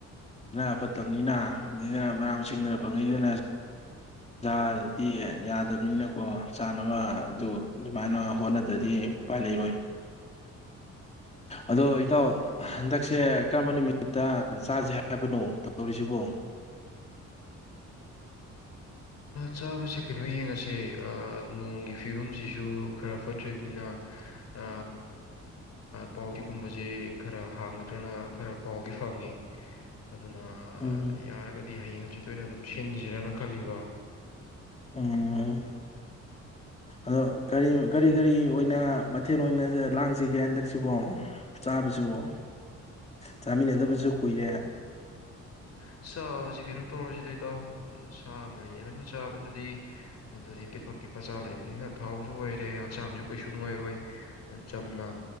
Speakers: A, on the left (about 20°); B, on the left (about 60°).
A: ꯑꯅꯥ ꯐꯠꯇꯕꯅꯤꯅ ꯑꯗꯨꯅ ꯃꯅꯥ ꯃꯁꯤꯡꯗꯅ ꯐꯪꯉꯛꯏꯗꯅ ꯆꯥꯗꯗꯤ ꯌꯥꯗꯕꯅꯤꯅꯀꯣ ꯆꯥꯅꯕ ꯑꯗꯨ ꯑꯗꯨꯃꯥꯏꯅ ꯍꯣꯠꯅꯗꯗꯤ ꯎꯄꯥꯏ ꯂꯩꯔꯣꯏ
B: <inaudible>
A: ꯑꯗꯣ ꯏꯇꯥꯎ ꯍꯟꯗꯛꯁꯦ ꯀꯔꯝꯕ ꯅꯨꯃꯤꯠꯇ ꯆꯥꯁꯦ ꯍꯥꯏꯕꯅꯣ ꯇꯧꯔꯤꯁꯤꯕꯣ
B: ꯆꯥꯕꯁꯦ ꯀꯩꯅꯣ ꯌꯦꯡꯉꯁꯦ ꯅꯣꯡꯒꯤ ꯐꯤꯕꯝꯁꯤꯁꯨ ꯈꯔ ꯐꯠꯇ꯭ꯔꯤꯕꯅꯤꯅ ꯑ ꯄꯥꯎ ꯆꯒꯨꯝꯕꯕꯁꯤ ꯈꯔ ꯍꯥꯡꯒꯗ꯭ꯔꯅ ꯈꯔ ꯄꯥꯎꯗꯤ ꯐꯪꯉꯦ ꯑꯗꯨꯅ
A: ꯎꯝ
B: ꯌꯥꯔꯒꯗꯤ ꯍꯌꯦꯡ ꯍꯆꯤꯠꯠꯇꯣꯏꯅ ꯑꯗꯨꯝ ꯁꯤꯟꯁꯤꯔꯅ ꯈꯜꯂꯤꯕ
A: ꯎꯝ ꯑꯗꯣ ꯀꯔꯤ ꯀꯔꯤ ꯀꯔꯤ ꯑꯣꯏꯅ ꯃꯊꯦꯜ ꯑꯣꯏꯅ ꯂꯥꯡꯁꯤꯒꯦ ꯍꯟꯗꯛꯁꯤꯕꯣ ꯆꯥꯕꯁꯤꯕꯨ ꯆꯥꯃꯤꯟꯅꯗꯕꯁꯨ ꯀꯨꯏꯔꯦ
B: ꯆꯥꯕꯁꯤ ꯀꯩꯅꯣ ꯇꯧꯔꯁꯤꯗꯩ ꯏꯇꯥꯎ ꯁꯥ ꯑꯃ ꯌꯦꯟ ꯑꯃ ꯆꯥꯕꯗꯗꯤ ꯑꯗꯨꯗꯤ ꯄꯤꯛꯄ ꯄꯤꯛꯄ ꯆꯥ ꯂꯩꯕꯅꯤꯅ ꯊꯥꯎꯁꯨ ꯑꯣꯏꯔꯦ ꯍꯛꯆꯥꯡꯁꯨ ꯀꯩꯁꯨ ꯅꯨꯡꯉꯥꯏꯔꯣꯏ ꯆꯝꯅ